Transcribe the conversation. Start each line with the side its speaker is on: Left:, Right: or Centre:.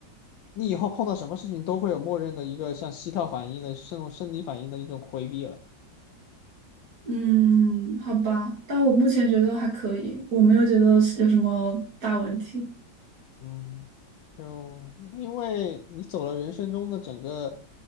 Left: 你以后碰到什么事情都会有默认的一个像膝跳反应的这种生理反应的一种回避了。
Right: 嗯，好吧，但我目前觉得还可以，我没有觉得是有什么大问题。
Left: 嗯，就因为你走了人生中的整个